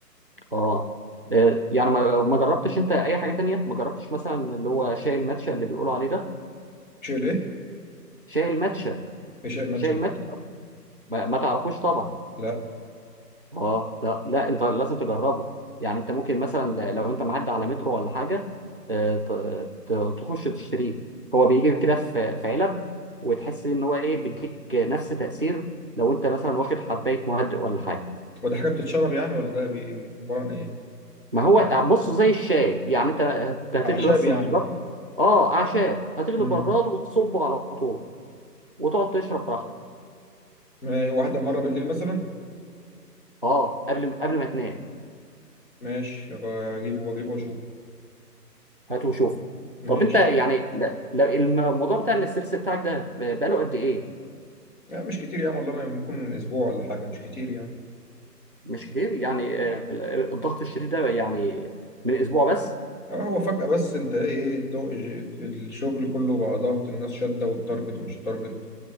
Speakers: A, on the right; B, on the left.
A: أه آه، يعني ما ما جربتش أنت أي حاجة تانية ما جربتش مثلا اللي هو شاي الماتشا اللي بيقولوا عليه ده
B: شيل ايه؟
A: شاي الماتشا
B: ايش الماتش
A: شاي
B: ده؟
A: الماتشا ما ما تعرفوش طبعا
B: لا
A: اه ده لا انت لازم تجربه يعني انت ممكن مثلا لو انت معدي على مترو ولا حاجه آه، ت- ت- تخش تشتريه هو بيجي كده في في علب وتحس ان هو ايه بيديك نفس تاثير لو انت مثلا واخد حبايه مهدئ ولا حاجه
B: هو دي حاجه بتتشرب يعني ولا ده بي- بي- عباره عن ايه؟
A: ما هو بص زي الشاي يعني انت أنت هتغلي
B: اعشاب
A: بس
B: يعني
A: البراد اه اعشاب هتغلي
B: امم
A: البراد وتصبه على طول وتقعد تشرب براحتك
B: ما- واحده مره بالليل مثلا
A: اه قبل قبل ما تنام
B: ماشي اجيبه واجيبه واشوف
A: هات وشوف
B: ماشي
A: طب انت يعني لا- لا، الموضوع بتاع الاسترس بتاعك ده بقاله قد ايه؟
B: لا مش كتير يعني والله ما ممكن من اسبوع ولا حاجه مش كتير يعني
A: مش كتير يعني آه، ال- ال- الضغط الشديد ده يعني من اسبوع بس؟
B: اه هو فجاه بس انت ايه ايه الضوء الشغل كله بقى ضغط الناس شاده والتارجت ومش التارجت